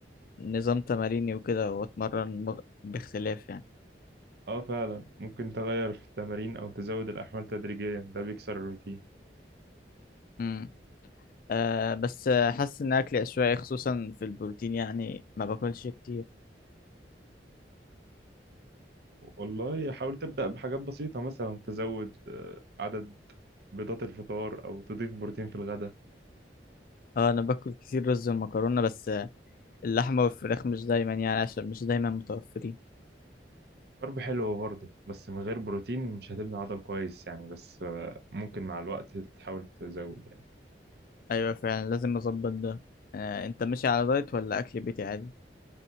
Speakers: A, on the left; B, on the right.
A: نظام تماريني وكده وأتمرن مغ... باختلاف يعني
B: اه فعلا ممكن تغير في التمارين او تزود الاحمال تدريجيا ده بيكسر الروتين
A: امم آه بس آه، حاسس إن أكلي عشوائي خصوصا في البروتين يعني ما باكلش كتير
B: والله حاول تبدا بحاجات بسيطه مثلا تزود آه، عدد بيضات الفطار او تضيف بروتين في الغداء
A: اه أنا باكل كتير رز ومكرونة بس آه اللحمة والفراخ مش دايما يعني عشان مش دايما متوفرين
B: كارب حلو برضه بس من غير بروتين مش هتبني عضل كويس يعني بس آه، ممكن مع الوقت تحاول تزود يعني
A: أيوة فعلا لازم أظبط ده آه أنت ماشي على دايت ولا أكل بيتي عادي؟